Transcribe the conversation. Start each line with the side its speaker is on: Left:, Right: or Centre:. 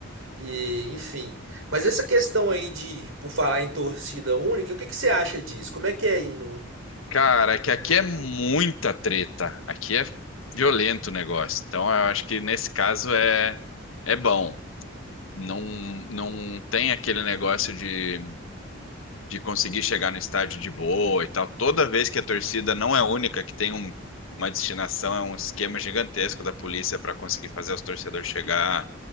Right: E, enfim. Mas essa questão aí de, por falar em torcida única, o que que você acha disso? Como é que é aí no,
Left: Cara, é que
Right: em
Left: aqui
Right: Curitiba?
Left: é muita treta, aqui é violento o negócio. Então eu acho que nesse caso é é bom. Não não tem aquele negócio de de conseguir chegar no estádio de boa e tal. Toda vez que a torcida não é única, que tem um- uma destinação, é um esquema gigantesco da polícia para conseguir fazer os torcedores chegar.